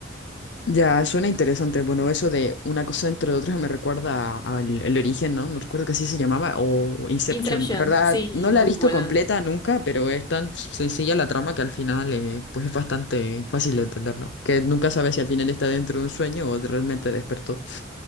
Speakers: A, on the left; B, on the left.
A: Ya, suena interesante. Bueno, eso de una cosa entre otras me recuerda a- al el origen, ¿no? No recuerdo que así se llamaba, o Inception.
B: Inception,
A: La verdad,
B: sí,
A: no
B: muy
A: la he visto
B: buena.
A: completa nunca, pero es tan s- sencilla la trama que al final eh, pues es bastante fácil de entender, ¿no? Que nunca sabes si al final está dentro de un sueño o realmente despertó.